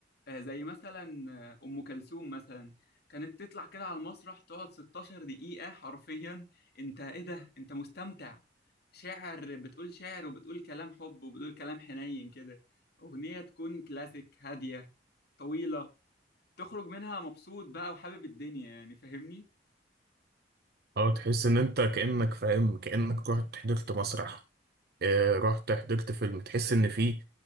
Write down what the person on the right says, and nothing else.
اه تحس ان انت كأنك فاهم كأنك رحت حضرت مسرح آه، رحت حضرت فيلم تحس ان في